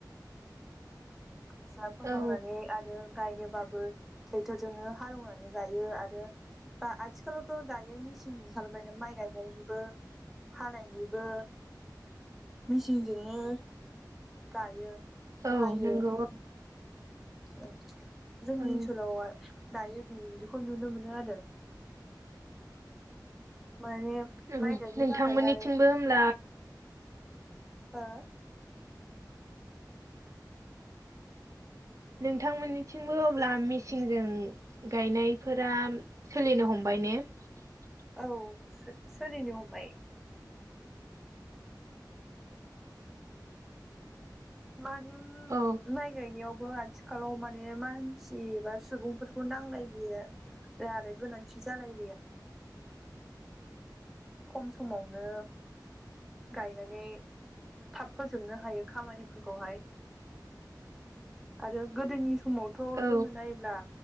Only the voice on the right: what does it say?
औ
औ
नंगौ औ
औ
औ
नोंथांमोननिथिंबो
होमब्ला
नोंथांमोननिथिंबो अब्ला मेचिनजों गायनायफोरा सोलिनो हमबाय ने <unintelligible>
औ
औ